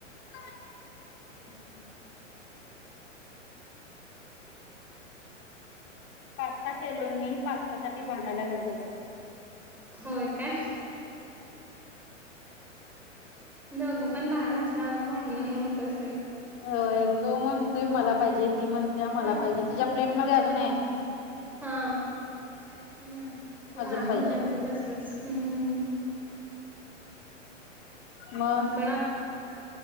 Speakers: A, on the left; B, in the centre.
A: अच्छा. पास्ता केलोय मी पास्त्यासाठी भांडा या लागलीत दोघ.
B: होय का? दोंघ पण लहानच <unintelligible> भांडणं नव्हतंच.
A: होय तो म्हणतोय मला पाहिजे ती म्हणत्या मला
B: ह
A: पाहिजे, तिच्या प्लेट मध्ये अजून हाय.
B: हां. ह लहान
A: अजून पाहिजे
B: मुलांचं तसंच हम्म.
A: मग
B: मी पणा